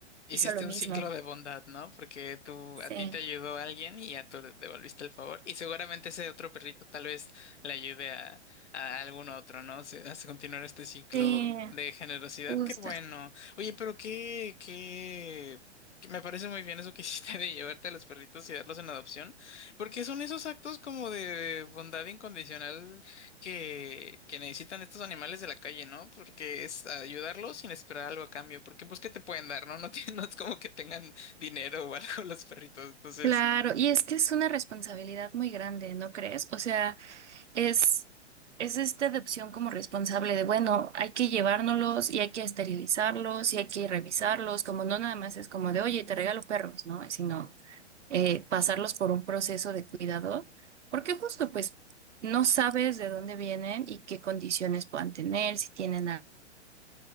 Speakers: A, on the left (about 75°); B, on the right (about 80°).
A: hiciste
B: hizo lo mismo.
A: un ciclo de bondad, ¿no? Porque tú,
B: Sí,
A: a ti te ayudó alguien y ya tú devolviste el favor. Y seguramente ese otro perrito tal vez le ayude a, a algún otro, ¿no? Se- A continuar este ciclo
B: sí,
A: de generosidad.
B: justo.
A: Qué bueno. Oye, pero qué, qué, que me parece muy bien eso que <laughs> hiciste de llevarte a los perritos y darlos en adopción, porque son esos actos como de bondad incondicional que, que necesitan estos animales de la calle, ¿no? Porque es ayudarlos sin esperar algo a cambio, porque pues ¿qué te pueden dar, no? No, <laughs> tienen- no es como que tengan dinero o algo los perritos, entonces
B: Claro, y es que es una responsabilidad muy grande, ¿no crees? O sea, es, es esta adopción como responsable de, bueno, hay que llevárnoslos y hay que esterilizarlos y hay que revisarlos, como no nada más es como de, oye, te regalo perros, ¿no? Sino eh, pasarlos por un proceso de cuidado, porque justo pues no sabes de dónde vienen y qué condiciones puedan tener, si tienen alguna